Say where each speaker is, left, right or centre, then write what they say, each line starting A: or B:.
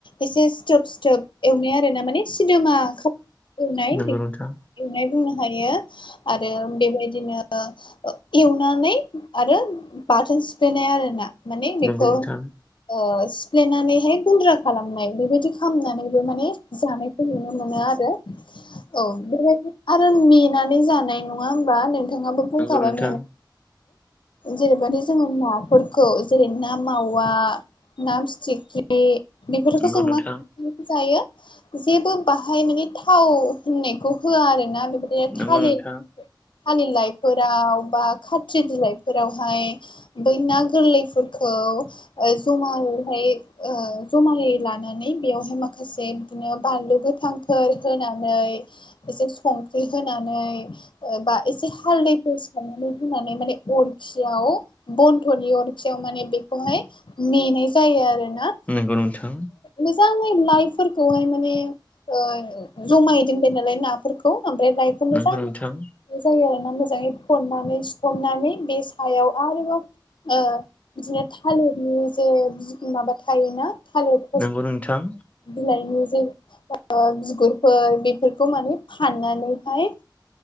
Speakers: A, on the left (about 85°); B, on the left (about 20°).
A: एसे स्थोब स्थोब एवनाय आरो ना माने सिदोमा एवनाय
B: नंगौ
A: बेखौ
B: नोंथां
A: एवनाय बुंनो हायो। आरो बेबायदिनो ओ एवनानै आरो बाथोन सिफ्लेनाय आरो ना माने बेखौ
B: नंगौ नोंथां
A: ओ सिफ्लेनानैहाय गुन्द्रा खालामनाय बेबायदि खालामनानैबो माने जानायखौ नुनो मोनो आरो औ बेबायदि आरो मेनानै जानाय नङा होमबा नोंथाङाबो
B: नंगौ
A: बुंखाबा मे
B: <inaudible>
A: जेरैबादि जोङो नाफोरखौ जेरै ना मावा ना फिथिख्रि बे बेफोरखौ
B: नोंथां
A: जों मा खालामनायनखौ जायो जेबो बाहाय माने थाव होननायखौ होआ आरो ना बेबाय
B: नंगौ
A: थालिथ
B: नोंथां
A: थालि लाइफोराव बा खात्रि बिलाइफोरावहाय बै ना गोरलैफोरखौ ओ ज'मायैहाय ओ ज'मायै लानानै बेवहाय माखासे बिदिनो बानलु गोथांफोर होनानै एसे संख्रि होनानै ओ बा एसे हालदैखौ सारनानै होनानै माने अर खिआव बन्थ'नि अरखियाव माने बेखौहाय मेनाय जायो आरोना
B: नोंगौ नोंथां
A: मोजाङै लाइफोरख खौहाय माने ओ ज'मायै दोनबाय नालाय नाफोरखौ आमफ्राय लाइफोर मोजां
B: नंगौ नोंथां
A: बे जायो आरो ना मोजाङै थननानै सिथमनानै बे सायाव आरोबाव ओ बिदिनो थालिरनि जे माबा थायोना थालिथ
B: नोंगौ नोंथां
A: बिलाइनि जे ओ बिगुरफोर बेफोरखौ माने फाननानैहाय